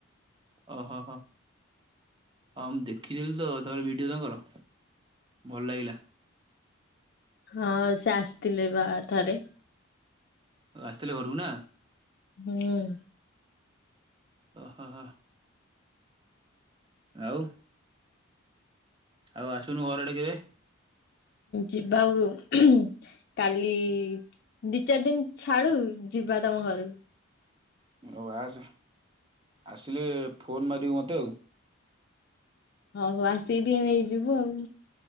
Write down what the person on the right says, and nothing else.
ଓହୋ ହୋ। ହଁମ୍ ମୁଁ ଦେଖିଥିଲି ତ ଥରେ ଭିଡିଓ ତାଙ୍କର ଭଲ ଲାଗିଲା।
ଆଉ ଆସିଥିଲେ ଘରକୁ ନା?
ଓହୋ ହୋ। ଆଉ ଆଉ ଆସୁନୁ ଘର ଆଡେ କେବେ
ଓ ଆସ ଆସିଲି ଫୋନ ମାରିବୁ ମତେ ଆଉ।